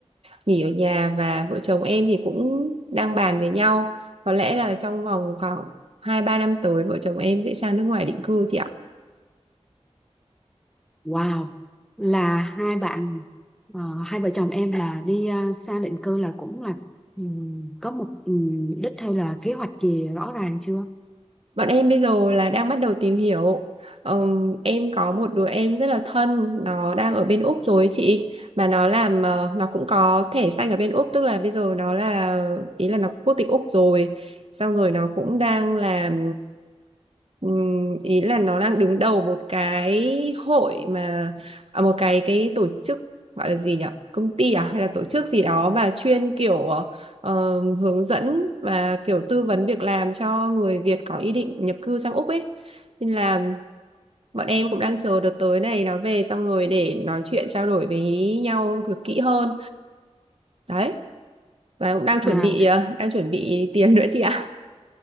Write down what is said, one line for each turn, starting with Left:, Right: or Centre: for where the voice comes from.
Right: nghỉ ở nhà và vợ chồng em thì cũng đang bàn với nhau. Có lẽ là trong vòng khoảng 2 3 năm tới vợ chồng em sẽ sang nước ngoài định cư chị ạ.
Centre: Wow, là hai bạn ờ, hai vợ chồng em là đi ờ, sang định cư là cũng là ừm, có một ừm, đích hay là kế hoạch gì rõ ràng chưa?
Right: Bọn em bây giờ là đang bắt đầu tìm hiểu. Ờm, em có một đứa em rất là thân, nó đang ở bên Úc rồi ấy chị, mà nó làm ờ, nó cũng có thẻ xanh ở bên Úc, tức là bây giờ nó là ý là nó quốc tịch Úc rồi. Xong rồi nó cũng đang làm ừm, ý là nó đang đứng đầu một cái hội mà à, một cái cái tổ chức gọi là gì nhỉ? Công ty à hay là tổ chức gì đó mà chuyên kiểu ờ, ờ, hướng dẫn và kiểu tư vấn việc làm cho người Việt có ý định nhập cư sang Úc ấy. Nên là bọn em cũng đang chờ đợt tới này nó về xong rồi để nói chuyện trao đổi với nhau được kỹ hơn. Đấy. Và cũng đang chuẩn
Centre: À,
Right: bị ờ, đang chuẩn bị tiền nữa chị ạ.